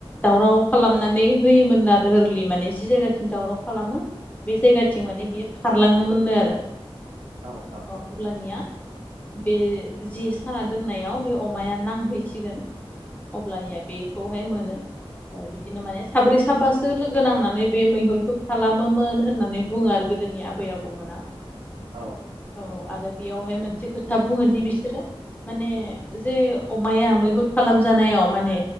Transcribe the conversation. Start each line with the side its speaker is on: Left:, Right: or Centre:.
Left: दावराव खालामनानै होयोमोन आरो होरलि माने जि जायगाथिं दावराव खालामो बे जायगाथिं माने बियो खारलाङोमोननो आरो।
Right: औ औ
Left: अ अब्लानिया बे जे साना दोननायाव बे अमाया नांहैसिगोन। अब्लानिया बेखौहाय मोनो बिदिनो माने साब्रै साबासो लोगो नांनानै बे मैहुरखौ खालामोमोन होननानै बुङो आरो गोदोनि आबै आबौमोना। <inaudible>
Right: औ
Left: औ आरो बेयावहाय मोनसे खोथा बुङोदि बिसोरो माने जे अमाया मैहुर खालामजानायाव माने